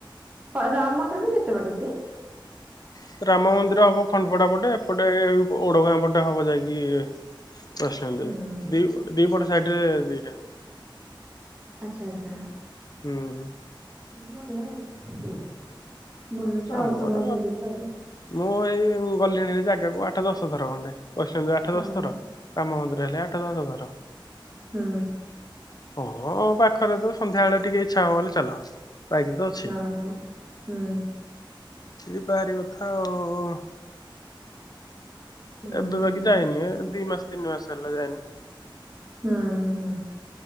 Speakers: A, on the right; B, on the left.
A: ହ ରାମ ମନ୍ଦିରରୁୁ କେତେ ବାଟ ସେ।
B: <unintelligible> ରାମ ମନ୍ଦିର ହବ ଖଣ୍ଡପଡା ପଟେ, ଏପଟେ ଓଡଗାଁ ପଟେ ହବ ଯାଇକି -- ପ୍ରଶାନ୍ତି ଦେଇ।
A: ହୁଁ
B: ଦି, ଦିପଟ ସାଇଟରେ ଦିଟା।
A: ଆଚ୍ଛା ଆଚ୍ଛା।
B: ହୁଁ।
A: ବଢିଆ ଆଉ। ବୁଲୁଚ
B: ଆମର
A: ଆଉ ତମେ ବୁଲୁଚ ଆଉ।
B: ମୁଁ ଏଇ ଗଲିଣି ଜାଗାକୁ ଆଠ ଦଶଥର ଖଣ୍ଡେ, ବୈଷ୍ଣବୀ ଦେବି ଆଠ
A: ହଁ
B: ଦଶ ଥର। କାମ ମନ୍ଦିରେ ହେଲେ ଆଠ ଦଶଥର।
A: ହୁଁ।
B: ହଁ ପାଖରେ ତ ସନ୍ଧ୍ୟା ବଳେ ଟିକେ ଇଚ୍ଛା ହବ ବେଲେ ଚାଲ। ବାଇକି ତ ଅଛି
A: ଅଁହଁ ହୁଁ।
B: ଯିବା ହେରି କଥା ଆଉ।
A: ହୁଁ
B: ଏବେ
A: ହୁଁ
B: ବାକି ଯାଇନି ଦି ମାସ ତିନି ମାସ ହେଲା ଯାଇନି।
A: ହଁ।